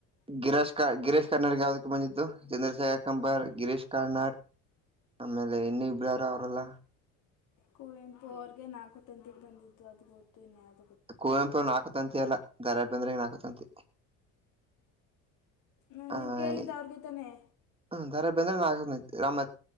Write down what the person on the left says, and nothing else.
ಕುವೆಂಪು ಅವರ್ಗೆ ನಾಕು ತಂತಿದ್ ಬಂದಿತ್ತು ಅದು ಗೊತ್ತು ಇನ್ಯಾವ
ನಾನು
ನೀವು ಕೇಳಿದ್ದು
ಅವ್ರಿಗೆ ತಾನೇ